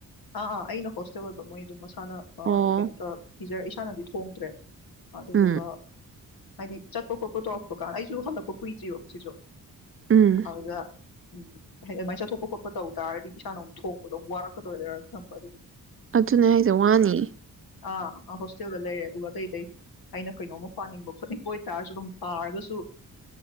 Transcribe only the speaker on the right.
ꯑꯣ
ꯎꯝ
ꯎꯝ
ꯑꯗꯨꯅꯦ ꯍꯥꯏꯁꯦ ꯋꯥꯅꯤ